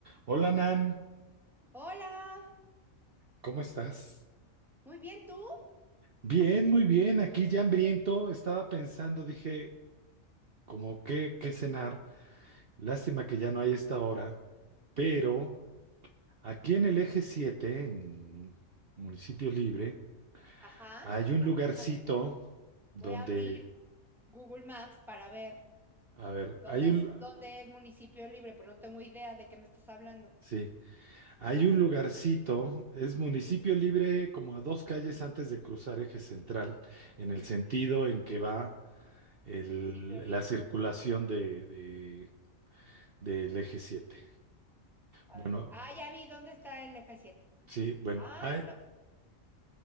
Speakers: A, on the right; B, in the centre.
A: Hola Nan,
B: Hola,
A: ¿cómo estás?
B: muy bien, ¿tú?
A: Bien, muy bien, aquí ya hambriento, estaba pensando, dije, como qué, qué cenar, lástima que ya no hay esta hora, pero aquí en el eje 7, en Municipio Libre,
B: Ajá,
A: hay un
B: a
A: lugarcito
B: ver, déjame,
A: donde,
B: voy a abrir Google Maps para ver
A: a ver,
B: dónde
A: hay un,
B: es, dónde es municipio libre, pero no tengo idea de qué me estás hablando.
A: sí, hay un lugarcito, es Municipio Libre como a dos calles antes de cruzar eje central, en
B: Sí,
A: el sentido en que va el-
B: municipio libre.
A: la circulación de, de- del eje siete
B: A
A: Bueno,
B: ver, ah, ya vi dónde está el eje Siete?
A: sí, bueno,
B: Ah,
A: hay,
B: no,